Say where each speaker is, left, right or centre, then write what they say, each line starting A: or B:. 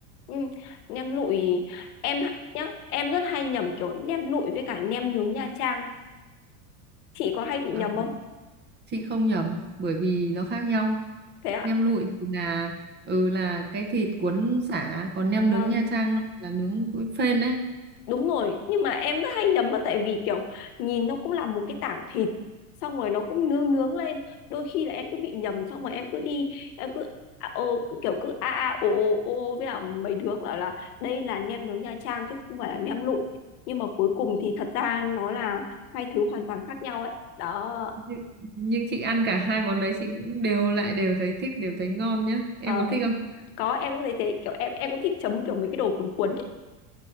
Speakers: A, on the left; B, on the right.
A: ừ. nem lụi em h- nhá em rất hay nhầm kiểu nem lụi với cả nem nướng Nha Trang chị có hay bị
B: Ờ,
A: nhầm không
B: chị không nhầm bởi vì nó khác nhau.
A: thế ạ
B: Nem lụi thì là ừ là cái thịt cuốn sả còn nem
A: vâng
B: nướng Nha Trang nó là nướng với phên đấy.
A: đúng rồi nhưng mà em rất hay nhầm á tại vì kiểu nhìn nó cũng là một cái tảng thịt xong rồi nó cũng nướng nướng lên đôi khi là em cứ bị nhầm xong rồi em cứ đi em cứ à, ô cứ kiểu cứ a a ô ô ô ô với cả mấy đứa bảo là đây là nem nướng Nha Trang chứ không phải là nem lụi nhưng mà cuối cùng thì thật ra nó là hai thứ hoàn toàn khác nhau ấy đó
B: nhưng, nhưng chị ăn cả hai món đấy chị cũng đều lại đều thấy thích đều thấy ngon nhá em
A: ờ,
B: có thích không
A: có em cũng thấy thế kiểu em em cũng thích chấm kiểu mấy cái đồ cuốn cuốn ấy.